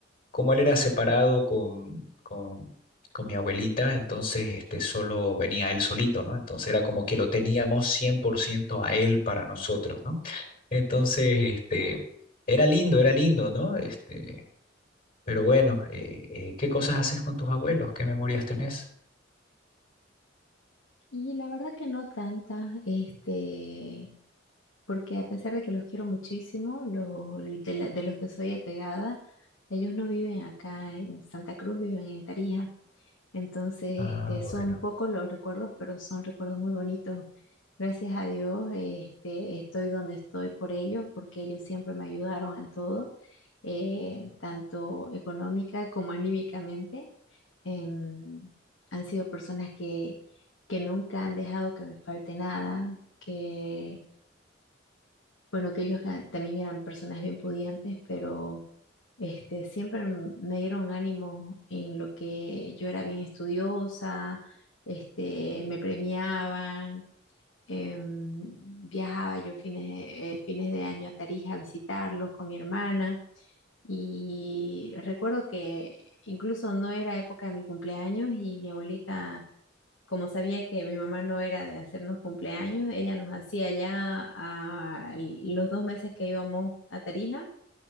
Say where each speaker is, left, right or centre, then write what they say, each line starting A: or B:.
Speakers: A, on the left; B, on the left.
A: como él era separado con, con, con mi abuelita, entonces este, solo venía él solito, ¿no? Entonces era como que lo teníamos 100% a él para nosotros, ¿no? Entonces, este, era lindo, era lindo, ¿no? Este, pero bueno, eh, eh, ¿qué cosas haces con tus abuelos? ¿Qué memorias tenés?
B: Y la verdad que no tanta, este, porque a pesar de que los quiero muchísimo, los, de, la- de los que soy apegada, ellos no viven acá en Santa Cruz, viven en Tarija. Entonces,
A: Ah,
B: este, son
A: bueno,
B: pocos los recuerdos, pero son recuerdos muy bonitos. Gracias a Dios, este, estoy donde estoy por ellos, porque ellos siempre me ayudaron en todo, eh, tanto económica como anímicamente. Em, han sido personas que, que nunca han dejado que me falte nada, que bueno, que ellos ga- también eran personas bien pudientes, pero este, siempre m- me dieron ánimo en lo que yo era bien estudiosa, este, me premiaban, em, viajaba yo fines de, eh, fines de año a Tarija a visitarlos con mi hermana. Y recuerdo que incluso no era época de mi cumpleaños y mi abuelita como sabía que mi mamá no era de hacernos cumpleaños, ella nos hacía ya a los dos meses que íbamos a Tarija,